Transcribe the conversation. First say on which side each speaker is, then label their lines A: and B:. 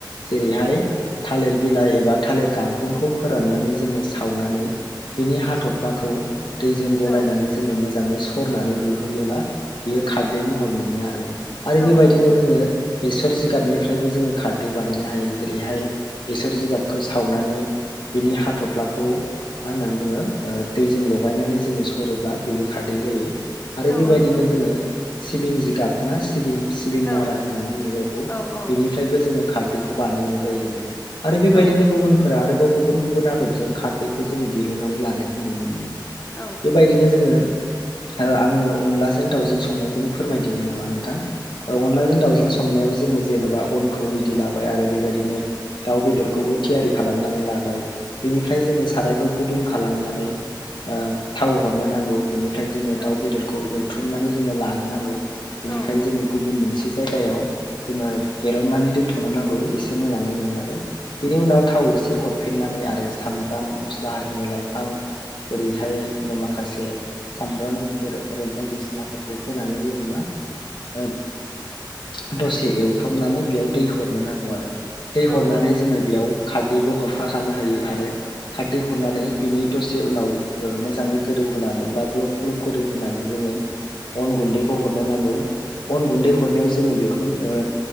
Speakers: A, on the left; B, on the left.
A: जेरैहाय थालिर बिलाइ एबा थालिर गांखंखौ फोराननानै जोङो सावनानै बिनि हाथफ्लाखौ दैजों
B: औ
A: गलायनानै जोङो मोजाङै सरनानै गोहोयोबा बेयो खारदै महर मोनो आरो आरो
B: औ
A: बेबायदिनो
B: नंगौ नोंथां
A: जोङो बेसर जिगाबनिफ्रायबो जोङो खारदै बानायनो हायो जेरैहाय बेसर जिगाबखौ सावनानै बिनि हाथ'फ्लाखौ मा होनना बुङो ओ दैजों लगायनानै जोङो सरोब्ला बेबो खारदै जायो आरो
B: औ
A: बेबायदिनो
B: नंगौ नोंथां
A: जोङो सिबिं जिगाब ना सिबिं सिबिं
B: औ
A: नारा होननानै बुङो जायखौ
B: औ औ
A: बेनिफ्रायबो जोङो खारदैखौ बानायनाय जायो आरो आरो बेबायदिनो
B: औ नंगौ नोंथां
A: गुबनफोरा आरोबाव गुबुन गुबुन आदबजों खारदैखौ जोङो दिरुनन्नानै लानायखौ नुनो मोनो
B: औ
A: बेबायदिनो जोङो आङो अनलाजों दाउजों संनायखौनो फोरमायदिनो नामा नोंथां औ अनलाजों दाउजोंं संनायाव जोङो जेनेबा अनखौ रेडि लाबाय आरो बेबायदिनो दाउ बेदरखौबो थियारि खालामनानै लाबाय बेनिफ्राय जोङो सारायखौ गुदुं खालामनानै ओ थाव हरनो नांगौ बिनिफ्राय जोङो
B: औ
A: दाउ बेदरखौ एवथ्रुमनानै जोङो लानो नांगौ बेनिफ्राय
B: औ औ
A: जोङो गुबुन मोनसे जायगायाव जोङो एरननानै दोनथ'नो नांगौ एसे मोजाङै एवनानै बेनि उनाव उनाव थाव एसे हरफिननानै आरो सामब्राम मस्ला आरारिनि लाइफां जेरैहाय माखासे सामब्राम गुफुर आरो बायदिसिनाफोरखौ होनानै जेनेबा ओ दसे एवथबनानै बेयाव दै हरनो नांगौ आरो दै हरनानै
B: औ नंगौ
A: जोङो बेयाव खार खारदैबो हरफाखानो हायो आरो खारदै हरनानै बिनि दसे उनाव ओ मोजाङै गोदौ होनानै बा ग्लब ग्लब गोदौ होनानै जोङो अन गुन्दैखौ हरनो नांगौ अन गुन्दै हरनायाव जोङो बेखौ ओ